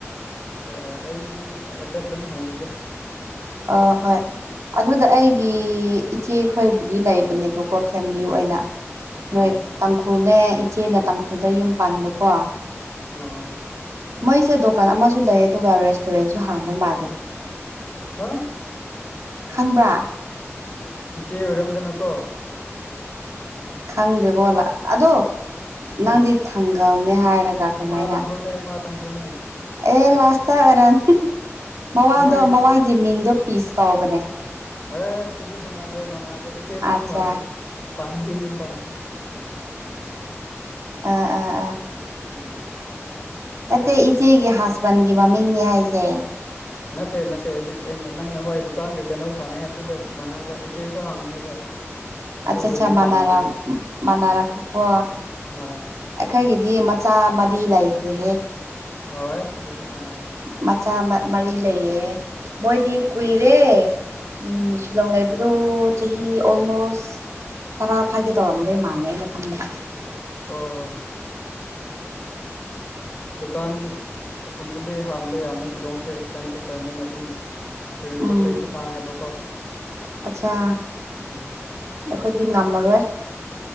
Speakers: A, on the left (about 35°); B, on the right (about 80°).
A: ꯑ ꯑꯩ ꯍꯥꯏꯐꯦꯠ ꯑꯗꯨꯝ ꯍꯪꯕꯤꯒꯦ
B: ꯑ ꯍꯣꯏ ꯑꯗꯨꯗ ꯑꯩꯒꯤ ꯏꯆꯦꯈꯣꯏꯕꯨꯗꯤ ꯂꯩꯕꯅꯦꯕꯀꯣ ꯐꯦꯝꯂꯤ ꯑꯣꯏꯅ
A: ꯍꯣꯏ
B: ꯅꯣꯏ
A: ꯍꯣꯏ
B: ꯇꯥꯡꯈꯨꯜꯅꯦ ꯏꯆꯦꯅ ꯇꯥꯡꯈꯨꯜꯗ ꯌꯨꯝ ꯄꯥꯟꯕꯀꯣ
A: ꯑꯥ
B: ꯃꯣꯏꯁꯦ ꯗꯨꯀꯥꯟ ꯑꯃꯁꯨ ꯂꯩ ꯑꯗꯨꯒ ꯔꯦꯁꯇꯨꯔꯦꯟꯁꯨ ꯍꯥꯡꯕ ꯃꯥꯜꯂꯦ
A: ꯍꯥ
B: ꯈꯪꯕ꯭ꯔꯥ
A: ꯏꯆꯦ ꯑꯣꯏꯔꯝꯗꯅꯀꯣ
B: ꯈꯪꯗꯦꯀꯣ ꯑꯗꯣ
A: ꯍꯣꯏ
B: ꯅꯪꯗꯤ ꯊꯪꯒꯜꯅꯦ ꯍꯥꯏꯔꯒ ꯀꯃꯥꯏꯅ
A: ꯏꯃꯥ ꯇꯥꯡꯈꯨꯜꯅꯦ ꯏꯃꯥ ꯇꯥꯡꯈꯨꯜꯅꯦ
B: ꯑꯦ ꯂꯥꯁꯇ ꯑꯣꯔꯟ ꯃꯋꯥꯗꯣ
A: ꯃꯣꯏ
B: ꯃꯋꯥꯒꯤ ꯃꯤꯡꯗꯣ ꯄꯤꯁ ꯀꯥꯎꯕꯅꯦ
A: ꯑꯦ ꯇꯨꯗꯤ ꯃꯅꯥꯗ꯭ꯔꯦ ꯃꯅꯥꯗ꯭ꯔꯦ ꯏꯆꯦꯗꯤ
B: ꯑꯠꯆꯥ
A: ꯌꯨꯝ ꯄꯥꯟꯗ꯭ꯔꯤ ꯄꯥꯟꯗ꯭ꯔꯤ ꯌꯨꯝ ꯄꯥꯟꯗ꯭ꯔꯤ
B: ꯑꯥ ꯑꯥ ꯑꯥ
A: ꯎꯝ
B: ꯅꯠꯇꯦ ꯏꯆꯦꯒꯤ ꯍꯁꯕꯦꯟꯒꯤ ꯃꯃꯤꯡꯅꯦ ꯍꯥꯏꯁꯦ
A: ꯅꯠꯇꯦ ꯅꯠꯇꯦ ꯍꯧꯖꯤꯛ ꯑꯩꯅ ꯅꯪꯅ ꯍꯣꯏ ꯗꯨꯀꯥꯟꯒ ꯀꯩꯅꯣ ꯍꯥꯡꯉꯦ ꯍꯥꯏꯕꯗꯨꯗ ꯃꯥꯟꯅꯕ꯭ꯔꯥ ꯏꯆꯦꯁꯨ ꯍꯥꯡꯕꯅꯦꯕ ꯑꯗꯨꯕꯨ
B: ꯑꯆꯥ ꯑꯠꯆꯥ
A: ꯌꯨꯝ
B: ꯃꯃꯥ
A: ꯄꯥꯟꯗ꯭ꯔꯤ
B: ꯃꯅꯥꯔꯛꯄꯀꯣ
A: ꯎꯝ ꯍꯣꯏ ꯍꯣꯏ
B: ꯑꯩꯈꯣꯏꯒꯤꯗꯤ ꯃꯆꯥ ꯃꯔꯤ ꯂꯩꯈ꯭ꯔꯦꯍꯦ
A: ꯑꯣꯏ ꯑꯗꯨꯗꯤ ꯃꯥꯅ
B: ꯃꯆꯥ ꯃꯔꯤ ꯂꯩꯌꯦ ꯃꯣꯏꯗꯤ
A: ꯎꯝ
B: ꯀꯨꯏ ꯔꯦ ꯎꯝ ꯁꯤꯂꯣꯡ ꯂꯩꯕꯗꯣ ꯆꯍꯤ ꯑꯣꯜꯃꯣꯁ ꯇꯔꯥ ꯐꯥꯒꯦ ꯇꯧꯔꯝꯗꯣꯏ ꯃꯥꯜꯂꯦ ꯑꯩꯅ ꯈꯟꯕꯗ
A: ꯑꯣ ꯗꯨꯀꯥꯟꯒꯨꯝꯕꯗꯤ ꯍꯥꯡꯕ ꯌꯥꯝꯅꯦ ꯁꯤꯂꯣꯡꯁꯦ ꯑꯦꯛꯁꯄꯦꯟꯁꯤꯞ ꯑꯣꯏꯕꯅꯤꯅ ꯑꯗꯨꯝ ꯀꯔꯤ
B: ꯎꯝ
A: ꯄꯣꯠ ꯆꯩꯁꯨ ꯇꯥꯡꯉꯦꯕꯀꯣ
B: ꯑꯠꯆꯥ
A: ꯎꯝ
B: ꯑꯩꯈꯣꯏꯗꯤ ꯉꯝꯃꯔꯣꯏ